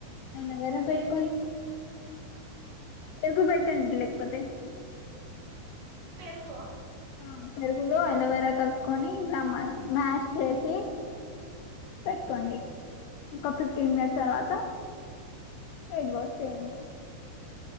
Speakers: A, on the left; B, on the right.
A: నేన్ ఎవరం పెట్టుకోండి
B: హెయిర్ కి
A: పెర్గు పెట్టండి లేకపోతే
B: పెరుగు ఆ
A: ఆ పెరుగులో అలోవేరా కలుపుకొని లమ్మ మ్యాష్ చేసి పెట్టుకోండి ఇంకో ఫిఫ్టీన్ మినిట్స్ తర్వాత హెడ్ వాష్ చేయండి